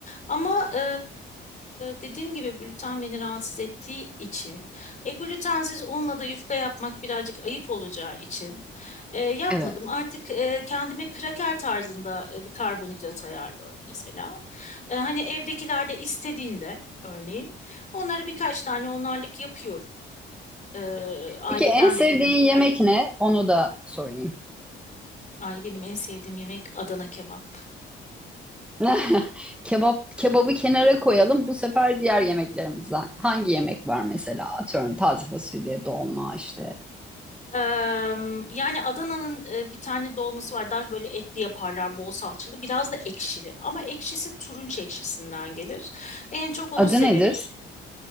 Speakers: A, on the left (about 35°); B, in the centre.
A: Ama e, dediğim gibi gluten beni rahatsız ettiği için e, glutensiz unla da yufka yapmak birazcık ayıp olacağı için e, yapmadım.
B: Evet.
A: Artık e, kendime kraker tarzında e, bir karbonhidrat ayarlıyorum mesela. E, hani evdekiler de istediğinde örneğin onlara birkaç tane onlarlık yapıyorum. E, aileden
B: Peki en sevdiğin
A: de gelen isterler.
B: yemek ne? Onu da sorayım.
A: Ay benim en sevdiğim yemek Adana kebap.
B: <laughs> Kebap, kebabı kenara koyalım. Bu sefer diğer yemeklerimizden. Hangi yemek var mesela? Atıyorum taze fasulye, dolma işte.
A: E, yani Adana'nın e, bir tane dolması var. Daha böyle etli yaparlar, bol salçalı, biraz da ekşili. Ama ekşisi turunç ekşisinden gelir. En çok onu
B: Adı
A: severim.
B: nedir?